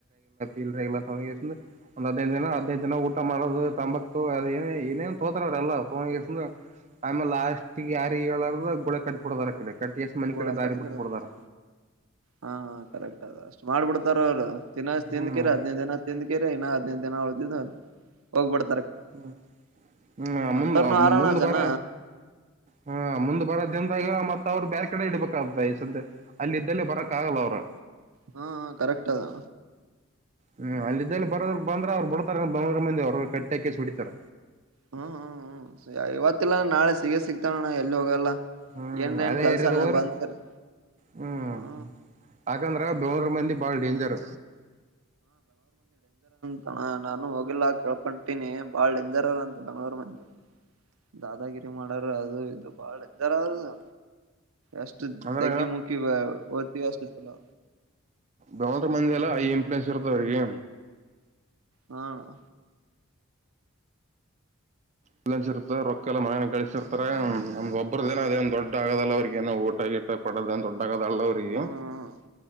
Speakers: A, on the right (about 35°); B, on the right (about 90°).
A: <unintelligible> ಒಂದ್ ಹದ್ನೈದ ದಿನ ಹದನೈದ ದಿನ ಊಟ ಮಾಡೋದು ತಂಬಾಕ್ ತಗೋ ಅದ ಏನ ಏನೇನೋ ತೋಗೋತಾರ ಅವರ ಎಲ್ಲ ತಗೊಂಡ್ಸಿದ್ದ್ ಆಮೇಲೆ ಲಾಸ್ಟ್ ಯಾರಿಗೆ ಹೇಳಾರದ ಗೋಳ <unintelligible> ಆ ಕಡೆ. ಕಟ್ಟಿ ಎಷ್ಟ್ ಮನಿ
B: ಗೋಳ
A: ಕಡೆ ದಾರಿ
B: ಕಟ್ಟಿರ
A: ಬಿಟ್ಟು
B: <unintelligible>
A: ಬಿಡ್ತಾರ
B: ಹಾ ಹಾ ಕರೆಕ್ಟ್ ಅದ ಅಷ್ಟು ಮಾಡ್ಬಿಡ್ತಾರ ಅವರ್. ತಿನಸ್ ತಿಂದಕಿರ್
A: ಹ್ಮ್
B: ಹದಿನೈದ ದಿನ ತಿಂದಕಿರ್ ಇನ್ನ ಹದಿನೈದ ದಿನ ಉಳದಿದ್ದ ಹೋಗ್ಬಿಡತ್ತ್.
A: ಹ್ಮು ಹ್ಮು ಮುಂದ
B: ಅಂತರ್ನು ಆರಣ
A: ಮುಂದ
B: ಜನ
A: ಬಾರ. ಹಾ ಮುಂದ್ ಬರೋದಿಂದ್ ಹೇಳ ಮತ್ತ್. ಮತ್ತ ಅವ್ರ ಬ್ಯಾರೆ ಕಡೆ ಇಡ್ಬೇಕಾಗತ ಸದ್ದೆ ಅಲ್ಲಿ ಇದ್ದಲ್ಲಿ ಬರಕಾಗಲ್ಲ ಅವ್ರ್.
B: ಹಾ ಹಾ ಕರೆಕ್ಟ್ ಅದ್.
A: ಹ್ಮು ಅಲ್ಲಿದ್ದಲ್ಲಿ ಬರೋದ್ರ ಬಂದ್ರ ಅವ್ರು ಬಿಡ್ತಾರ ಬೆಂಗಳೂರ್ ಮಂದಿ ಅವ್ರ ಕಟ್ಟ್ಯಾಕಿಸೋಡಿತಾರ.
B: ಹ್ಮು ಹ್ಮು ಹ್ಮು ಇವತ್ತಲ್ಲಾನ ನಾಳೆ ಸಿಗ ಸಿಗ್ತಾನ್ ಅಣ್ಣಾ ಎಲ್ಲಿ ಹೋಗಲ್ಲ.
A: ಹ್ಮ್
B: ಏನ್ರ ಏನ್
A: ಅದೇ
B: ಕೆಲ್ಸನ
A: ಏರಿಯಾದಾಗ ಹೋದ್ರ
B: ಬಂದರೆ
A: ಹ್ಮ್
B: ಹ್ಮು.
A: ಯಾಕಂದ್ರ ಬೆಂಗಳೂರ್ ಮಂದಿ ಬಾಳ್ ಡೇಂಜರ್.
B: ಅಣ್ಣಾ ನಾನು ಹೋಗಿಲ್ಲಾ ಕೇಳ್ಕೊಂತಿನಿ ಬಾಳ್ ಡೇಂಜರ್ ಅದ್ ಅಂತ ಬೆಂಗ್ಳೂರ್ ಮಂದಿ. ದಾದಾಗಿರಿ ಮಾಡೋರ್ ಅದು ಇದು ಬಾಳ <unintelligible> ಅದು. ಎಷ್ಟು
A: ಅಂದ್ರ
B: ತಗ್ಗಿ ಮುಕ್ಕಿ ಹೊತ್ತಿವಿ ಅಷ್ಟ್ ಚಲೋ.
A: ಬೆಂಗಳೂರು ಮಂದಿ ಎಲ್ಲ ಐ ಇನ್ಫ್ಲೂಯೆನ್ಸ್ ಇರ್ತದ ಅವ್ರಿಗೆ
B: ಹಾ ಅಣ್ಣಾ.
A: ಬ್ಯಾಲೆನ್ಸ್ ಇರ್ತ ರೊಕ್ಕ ಎಲ್ಲ ಮಾಡಿ ಗಳಿಸಿರ್ತಾರ ನಮ್ದ್ ಒಬ್ಬರದೇನ್ ಅದೇನ್ ದೊಡ್ಡಗೋದಲ್ಲ ಅವ್ರಿಗೆ ಏನು ಊಟ <unintelligible> ಇಟ್ಟ ಪಡೋದೇನ್ ದೊಡ್ಡಾಗದಲ್ಲ ಅವ್ರಿಗೆ
B: ಹ್ಮ್